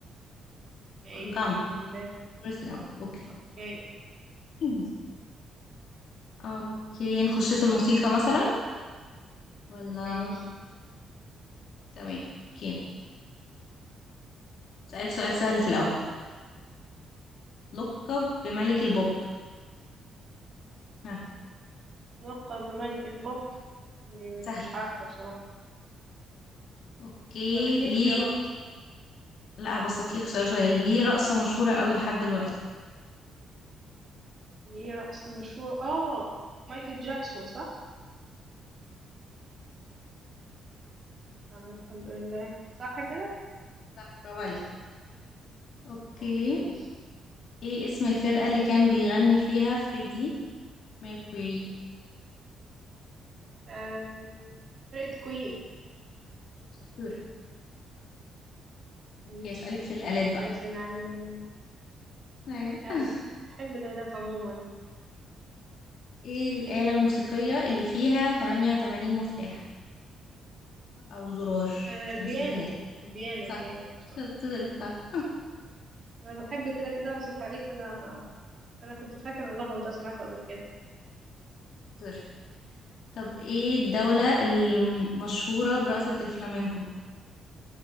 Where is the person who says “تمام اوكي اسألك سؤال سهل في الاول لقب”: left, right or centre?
Left